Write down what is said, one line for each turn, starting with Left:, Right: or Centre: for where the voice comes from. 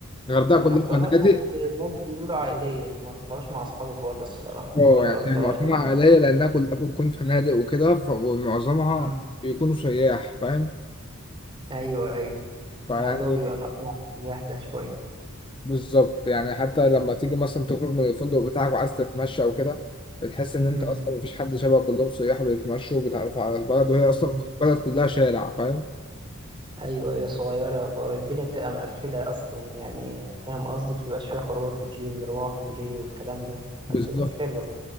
Left: الغردقة
Right: ما
Left: كلها
Right: رحتهاش
Left: فنادق
Right: الناس بيقولوا عائليه فما رحتهاش مع اصحابي خالص الصراحه
Left: اه
Right: ما جربتهاش
Left: يعني معظمها
Right: يعني
Left: عائلية لأنها كلها بتكون فنادق وكده ف- ومعظمها
Right: مم.
Left: بيكونوا سياح فاهم
Right: ايوه ايوه
Left: فيعني
Right: الموضوع بيبقى مقفول يهدى شويه
Left: بالظبط يعني حتى لما تيجي مثلا تخرج من الفندق بتاعك وعايز تتمشى وكده بتحس إن أنت
Right: مم.
Left: أصلا مفيش حد شبه كلهم سياح بيتمشوا وبيتعرفوا على البلد وهي أصلا
Right: بالظبط.
Left: البلد كلها شارع فاهم
Right: ايوه ايوه صغيره بقى الدنيا بتبقى مقفله اصلا يعني فاهم قصدي بتبقى شويه خروجات كتير مروح ومجي والكلام ده
Left: بالظبط
Right: ما بتبقاش حلوه